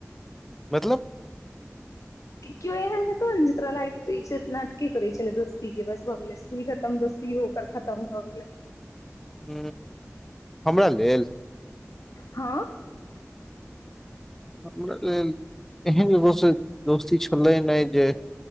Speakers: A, in the centre; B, on the left.
A: मतलब?
B: केओ एहन हेतौ ने, जे तोरा लागैत हेतौ, इ सिर्फ नाटके करै छले दोस्ती के, बस भ गेले। इ खतम, दोस्तियो ओकर खतम भऽ गेलै।
A: ह, हमरा लेल,
B: हँ।
A: हमरा लेल, एहन लोक से दोस्ती छलै नहि जे